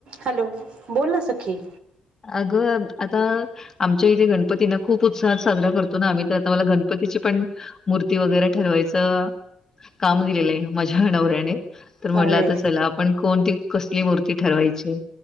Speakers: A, on the right; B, on the left.
A: Hello बोल ना सखी
B: अगं आता आमच्या इथे गणपतीना खूप उत्साहात साजरा करतो ना आम्ही तर आता मला गणपतीची पण मूर्ती वगैरे ठरवायचं काम दिलेलं आहे माझ्या नवऱ्याने तर म्हटलं
A: अरे
B: आता चला आपण कोणती कसली मूर्ती ठरवायची